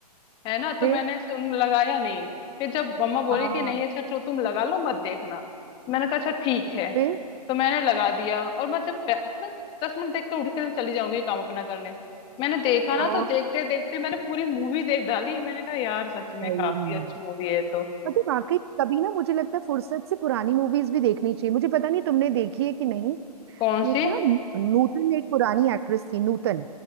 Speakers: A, on the left; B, on the right.
A: है ना
B: फिर
A: तो मैंने सुन लगाया नहीं फिर जब मम्मा बोली
B: हाँ
A: कि नहीं अच्छा तो तुम लगा लो मत देखना मैंने कहा अच्छा ठीक है
B: फिर
A: तो मैंने लगा दिया और मैं जब पै- मैं दस मिनट देख के उठ के चली जाऊंगी काम अपना करने मैंने देखा ना
B: ओ
A: तो देखते देखते मैंने पूरी मूवी देख डाली मैंने कहा यार सच में
B: सही
A: काफी
B: में।
A: अच्छी मूवी है तो
B: मतलब वाकई कभी ना मुझे लगता है फुर्सत से पुरानी मूवीज भी देखनी चाहिए मुझे पता नहीं तुमने देखी है कि नहीं
A: कौन सी
B: एक ना नू- नूतन एक पुरानी एक्ट्रेस थी नूतन